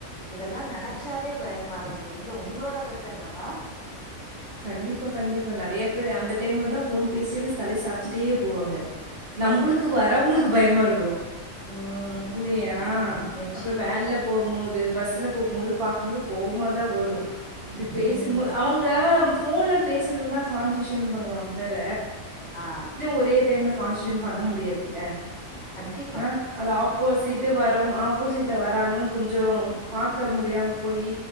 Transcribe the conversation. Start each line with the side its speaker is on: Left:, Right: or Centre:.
Left: இதெல்லா நினைச்சாலே பயமா இருக்குது இதுல உங்களோட கருத்து என்னப்பா
Right: கண்டிப்பா கண்டிப்பா நிறைய பேர் அந்த டைம்ல தான் போன் பேசி அப்படி தலை சாச்சுட்டே போவாங்க நம்மளுக்கு வரவங்களுக்கு பயமா இருக்கு
Left: ம்,
Right: இல்லையா
Left: நிச்சயமா
Right: அப்புற வேன்ல போகும் போது பஸ்ல போகும் போது பாக்கும்போது கோமாதான் வரும் இப்படி பேசும்போது
Left: ம்,
Right: அவங்க போன்ல பேசுறதுதா கான்சென்ரேஷன் பண்ணுவாங்க தவற
Left: ஆ
Right: ஒரே டைம்ல கான்சன்டே பண்ண முடியாதுல
Left: கட்டி
Right: அ அது ஆப்போசிட் வரும் ஆப்போசிட்ல வராங்கன்னு கொஞ்ச பாக்க முடியாம போய்